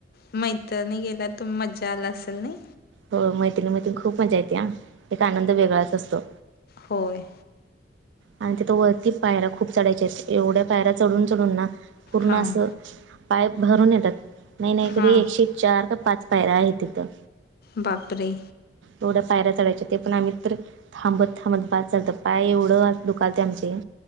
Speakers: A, on the left; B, on the right.
A: मैतरणी गेल्या तू मजा आला असेल नय?
B: हो मैत्रिणी -मैत्रिणी खूप मज्जा येत्या. एक आनंद वेगळाच असतो.
A: होय.
B: आणि तिथ वरती पायऱ्या खूप चढायच्या असत्यात. एवढ्या पायऱ्या चढून चढून ना पूर्ण
A: हां
B: असं पाय भरून येतात. नाही नाही
A: हां
B: तरी एकशे चार काय पाच पायरा आहे तिथं.
A: बापरे!
B: एवढ्या पायऱ्या चढायच्या ते पण आम्ही तर थांबत थांबत बास झालंत पाय एवढं दुखालते आमचे